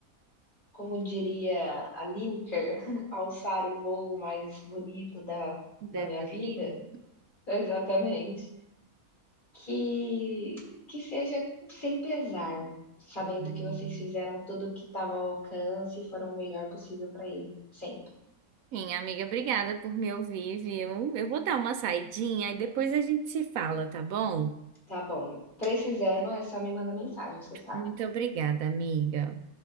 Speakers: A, on the left; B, on the right.
A: Como diria a Lineker, <laughs> alçar o voo mais bonito da
B: Dessa
A: da minha vida.
B: vida.
A: <laughs> Exatamente. Que que seja sem pesar, sabendo
B: Uhum.
A: que vocês fizeram tudo o que estava ao alcance e foram o melhor possível para ele, sempre.
B: Sim, amiga, obrigada por me ouvir, viu? Eu vou dar uma saidinha e depois a gente se fala, tá bom?
A: Tá bom, precisando é só me mandar mensagem, você sabe.
B: Muito obrigada, amiga.